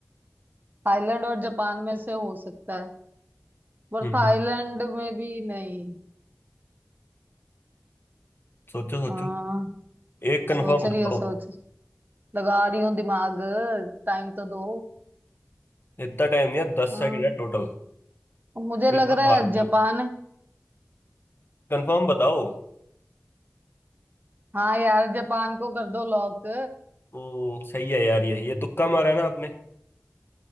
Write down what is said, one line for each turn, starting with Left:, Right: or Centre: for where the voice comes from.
Right: थाईलैंड और जापान में से हो सकता है पर
Left: हम्म
Right: थाईलैंड में भी नहीं
Left: सोचो सोचो
Right: हाँ
Left: एक कंफर्म
Right: सोच रही
Left: बताओ
Right: हूँ सोच लगा रही हूँ दिमाग टाइम तो दो
Left: इतना टाइम नहीं है दस
Right: हाँ
Left: सेकंड है टोटल
Right: मुझे
Left: फिर
Right: लग
Left: तो
Right: रहा
Left: हार
Right: है
Left: गई
Right: जापान है
Left: कंफर्म बताओ
Right: हाँ यार जापान को कर दो लॉक
Left: ओ सही है यार यही है तुक्का मारा है ना आपने